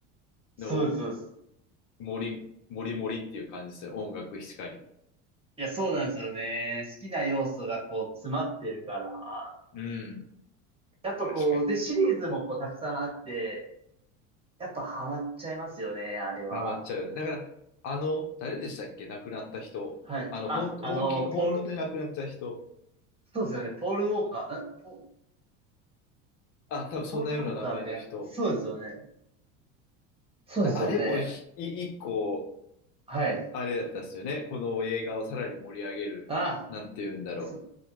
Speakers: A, on the right; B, on the left.
A: そうです、
B: のを、
A: そうです。
B: もり、もりもりっていう感じですよ。音楽しかり。
A: いや、そうなんですよね。好きな要素がこう詰まってるから。
B: うん。
A: やっぱこう、
B: 確かに確かに。
A: で、シリーズもこうたくさんあって、やっぱハマっちゃいますよね、あれは。
B: ハマっちゃう。だから、あの、誰でしたっけ亡くなった人。
A: はい。
B: あの、ほん、
A: あ、
B: 本気、
A: あの、
B: 本当で亡くなった人。
A: ポール、そうですよね。ポールウォーカー、んポ、
B: あ、多分そんなような名前の人。
A: ポールウォーカーみたいな。そうですよね。そうですよね。
B: あれもひい一個、
A: はい。
B: あれだったっすよね。この映画をさらに盛り上げる。
A: あ、
B: なんて言うんだろう。
A: そ